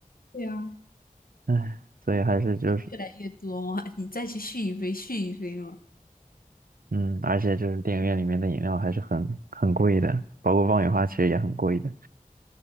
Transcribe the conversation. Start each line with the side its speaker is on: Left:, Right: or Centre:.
Left: 对呀。
Right: 唉，所以还是就是，
Left: 越来越多嘛，你再去续一杯，续一杯嘛。
Right: 嗯，而且就是电影院里面的饮料还是很很贵的，包括爆米花其实也很贵的。